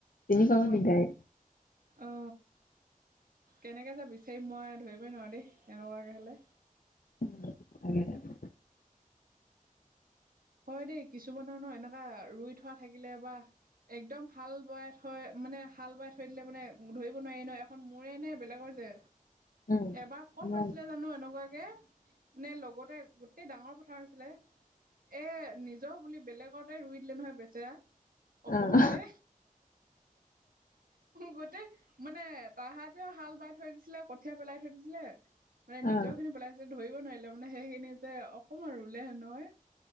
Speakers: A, on the left (about 75°); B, on the right (about 80°).
A: চিনি পাব
B: মানুহ,
A: দিগদাৰি।
B: অ'। কেনেকৈ যে বিচাৰিম মই, ধৰিবই নোৱাৰোঁ দেই। এনেকুৱাকে হ'লে
A: <inaudible>
B: হয় দেই, কিছুমানৰ ন' এনেকুৱা ৰুই থোৱা থাকিলে বা একদম হাল বোৱাই থৈ, মানে হাল বোৱাই থৈ দিলে, মানে ধৰিব নোৱাৰি ন'? এখন মোৰেই নে বেলেগৰ যে,
A: উম,
B: এবাৰ ক'ত
A: উম,
B: হৈছিলে জানো, এনেকুৱাকে? মানে, লগতে গোটেই ডাঙৰ পথাৰ আছিলে। এ', নিজৰ বুলি বেলেগতে ৰুই দিলে নহয়, বেচেৰা
A: অ',
B: অকণমানকে গোটেই, মানে তাহাঁতেও হাল বাই থৈ দিছিলে, কঠীয়া পেলাই থৈ দিছিলে মানে নিজৰখিনি
A: অ'।
B: পেলাইছিল, ধৰিব নোৱাৰিলে। মানে সেইখিনিতে অকণমান ৰুলে নহয়